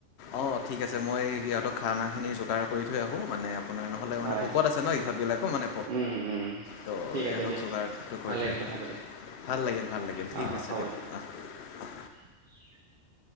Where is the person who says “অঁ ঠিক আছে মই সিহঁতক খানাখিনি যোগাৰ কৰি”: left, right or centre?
Left